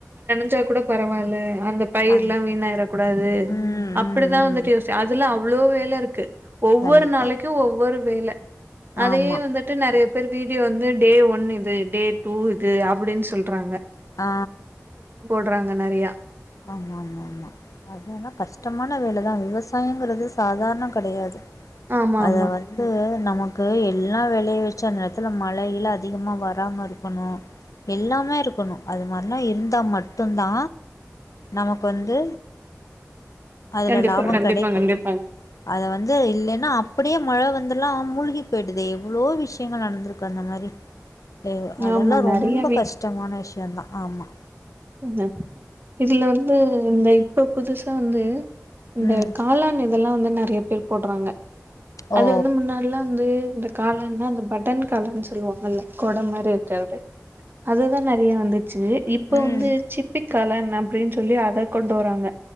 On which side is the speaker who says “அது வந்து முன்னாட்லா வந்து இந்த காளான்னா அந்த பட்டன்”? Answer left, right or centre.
Right